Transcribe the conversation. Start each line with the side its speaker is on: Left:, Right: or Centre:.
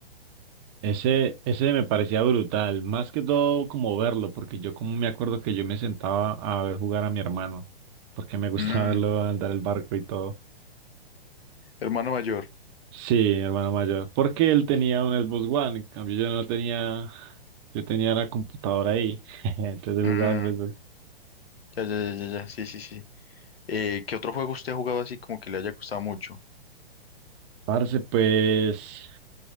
Right: ese, ese me parecía brutal, más que todo como verlo, porque yo como me acuerdo que yo me sentaba a ver jugar a mi hermano, porque me <laughs> gustaba
Left: Mm,
Right: verlo andar el barco y todo.
Left: hermano mayor.
Right: Sí, mi hermano mayor, porque él tenía un Xbox One, en cambio yo no tenía, yo tenía la computadora ahí, <laughs> entonces él
Left: Mm,
Right: jugaba en el Xbox.
Left: ya, ya, ya, ya, ya, sí, sí, sí. Eh, ¿qué otro juego usted ha jugado así como que le haya costado mucho?
Right: Parce, pues,